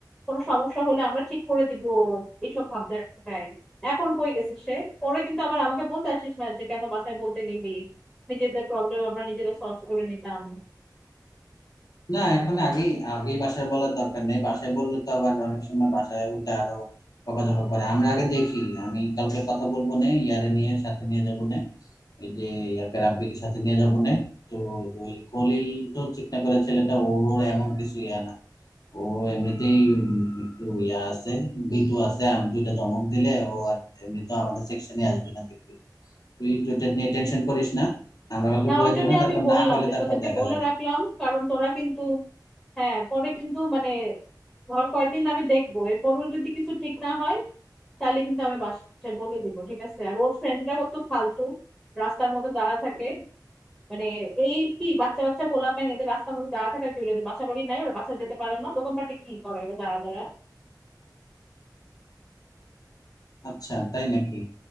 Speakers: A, in the centre; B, on the left.
A: কোনো সমস্যা হলে আমরা ঠিক করে দিব এইসব ভাব দেখায় এখন কই গেছে সে পরে কিন্তু আবার আমাকে বলতে আসিস না যে কেন বাসায় বলতে গেলি নিজেদের প্রবলেম আমরা নিজেরা সলভ করে নিতাম
B: না এখন আগেই আগেই বাসায় বলার দরকার নেই বাসায় বললে তো আবার অনেক সময় বাসায় উল্টা আরো বকাঝকা করে আমরা আগে দেখি আমি কালকে কথা বলবো নে ইয়ারে নিয়ে সাথে নিয়ে যাবো নে ওই যে ইয়াকে রাব্বিকে সাথে নিয়ে যাবো নে তো ওই খলিল তো চিকনা করে ছেলেটা ওর এমন কিছু ইয়া না ও এমনিতেই উম একটু ইয়া আছে ভীতু আছে আমি দুইটা ধমক দিলে ও আর এমনি তো আমাদের সেকশনে আসবে না দেখবি তুই এটা নিয়ে টেনশন করিস না আমরা কালকে
A: না
B: বলে
A: ওই
B: দেবো
A: জন্য
B: না তারপর
A: আমি বললাম
B: না হলে
A: যে
B: তারপর
A: তোদেরকে
B: দেখা
A: বলে
B: যাবে
A: রাখলাম কারণ তোরা কিন্তু হ্যাঁ পরে কিন্তু মানে ধর কয়েকদিন আমি দেখবো এরপরও যদি কিছু ঠিক না হয় তাহলে কিন্তু আমি বাসায় বলে দিব ঠিক আছে আর ওর ফ্রেন্ডটা কত ফালতু রাস্তার মধ্যে দাঁড়া থাকে মানে এই কি বাচ্চা বাচ্চা পোলাপাইন এদের রাস্তার মধ্যে দাঁড়া থাকা কি হলো? এদের বাসা বাড়ি নাই ওরা বাসা যেতে পারে না দোকানপাটে কি করে এবার দাঁড়া দাঁড়া
B: আচ্ছা তাই নাকি